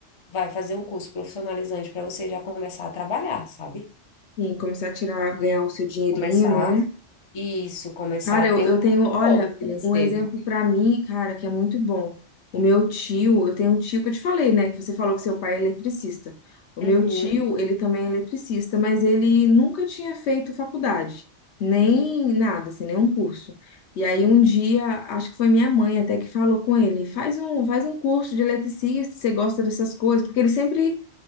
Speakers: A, on the left (about 40°); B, on the left (about 70°).
A: vai fazer um curso profissionalizante para você já começar a trabalhar, sabe?
B: Sim, começar a tirar, ganhar o seu dinheirinho,
A: Começar
B: né?
A: isso, começar
B: Cara,
A: a
B: eu,
A: ter
B: eu
A: o
B: tenho,
A: retorno
B: olha,
A: financeiro.
B: um exemplo pra mim, cara, que é muito bom. O meu tio, eu tenho um tio que eu te falei, né? Que você falou que seu pai é eletricista. O meu
A: Uhum,
B: tio, ele também é eletricista, mas ele nunca tinha feito faculdade, nem
A: uhum,
B: nada, assim, nenhum curso. E aí um dia, acho que foi minha mãe até que falou com ele, faz um, faz um curso de eletricista, você gosta dessas coisas, porque ele sempre